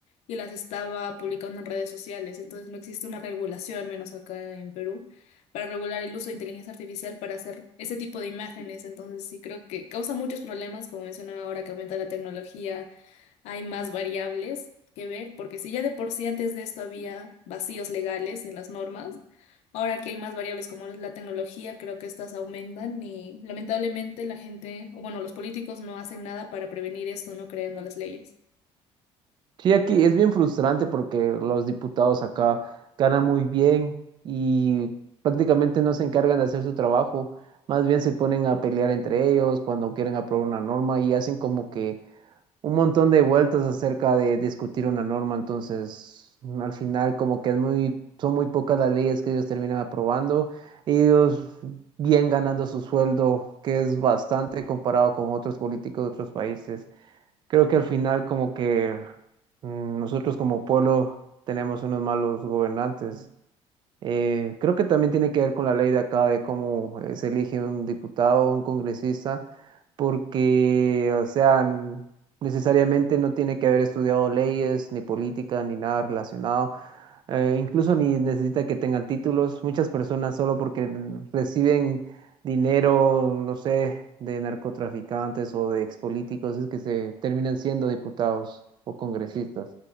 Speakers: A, on the left; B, on the right.
A: y las estaba publicando en redes sociales. Entonces no existe una regulación, al menos acá en Perú, para regular el uso de inteligencia artificial para hacer ese tipo de imágenes. Entonces sí creo que causa muchos problemas, como mencionaba ahora, que aumenta la tecnología hay más variables que ver, porque si ya de por sí antes de esto había vacíos legales en las normas, ahora que hay más variables como es la tecnología, creo que estas aumentan y lamentablemente la gente, o bueno, los políticos no hacen nada para prevenir esto, no creando las leyes.
B: Sí, aquí es bien frustrante porque los diputados acá ganan muy bien y prácticamente no se encargan de hacer su trabajo, más bien se ponen a pelear entre ellos cuando quieren aprobar una norma y hacen como que un montón de vueltas acerca de discutir una norma, entonces mm, al final como que es muy, son muy pocas las leyes que ellos terminan aprobando, ellos bien ganando su sueldo, que es bastante comparado con otros políticos de otros países. Creo que al final como que mm, nosotros como pueblo tenemos unos malos gobernantes. Eh, creo que también tiene que ver con la ley de acá de cómo eh, se elige un diputado o un congresista, porque, o sea, n- necesariamente no tiene que haber estudiado leyes, ni política, ni nada relacionado. Eh, incluso ni necesita que tengan títulos. Muchas personas solo porque n- reciben dinero, no sé, de narcotraficantes o de expolíticos, es que se terminan siendo diputados o congresistas.